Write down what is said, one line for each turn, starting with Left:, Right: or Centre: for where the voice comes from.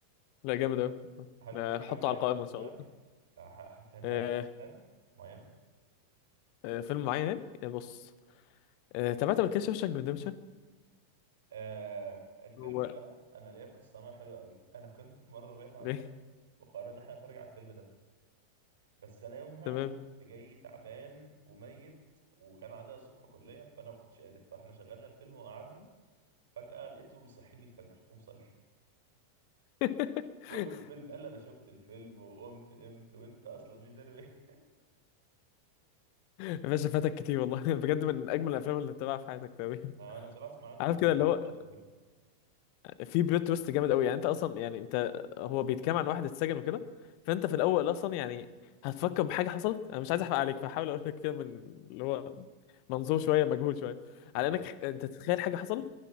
Left: لا جامد قوي
Right: هل في
Left: هحطه
Right: حاجة معينة
Left: على القائمه
Right: في
Left: ان
Right: دماغك؟
Left: شاء الله
Right: آه، ه- هل في أنت
Left: أه
Right: عندك أفلام معينة؟
Left: أه فيلم معين يعني آه، بص أه تابعت قبل كده شوشانك ريدمشن
Right: آه الفيلم
Left: هو
Right: ده أنا ليا قصة معاه حلوة قوي أنا كنت في مرة بعيد عن
Left: ليه
Right: صاحبي وقررنا إن إحنا نتفرج على الفيلم ده بس أنا يومها
Left: تمام
Right: كنت جاي تعبان وميت وكان عندنا الصبح كلية فأنا ما كنتش قادر فإحنا شغلنا الفيلم وقعدنا فجأة لقيته بيصحيني الفجر ومصلي
Left: <laughs>
Right: <laughs> بقول له الفيلم قال لي أنا شفت الفيلم وقمت نمت وأنت أصلا مش داري بيه
Left: يا باشا فاتك كتير والله <laughs> بجد من اجمل الافلام اللي تتابعها في حياتك تقريبا
Right: <laughs> آه، أنا بصراحة أسمع عنه
Left: عارف
Right: بيقول
Left: كده اللي هو
Right: حلو قوي
Left: في بلوت تويست جامد قوي يعني انت اصلا يعني انت هو بيتكلم عن واحد اتسجن وكده فانت في الاول اصلا يعني هتفكر بحاجه حصلت انا مش عايز احرق عليك فحاول اقول لك كده من اللي هو منظور شويه مجهول شويه على
Right: أه
Left: انك ح- انت تتخيل حاجه حصلت